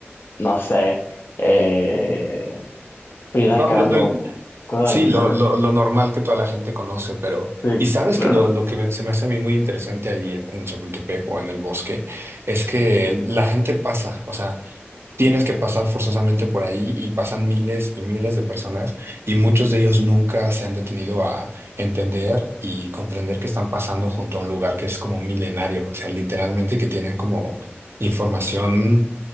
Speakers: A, on the left; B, on the right.
A: no sé, eh, Frida
B: No,
A: Kahlo,
B: lo, lo-
A: cosas
B: Sí,
A: así,
B: lo,
A: ¿sabes?
B: lo, lo normal que toda la gente conoce, pero...
A: Sí,
B: Y sabes
A: claro,
B: que lo, lo que me- se me hace a mí muy interesante ahí en, en Chapultepec o en el bosque es que la gente pasa, o sea, tienes que pasar forzosamente por ahí y pasan miles y miles de personas y muchos de ellos nunca se han detenido a entender y comprender que están pasando junto a un lugar que es como milenario, o sea, literalmente que tiene como información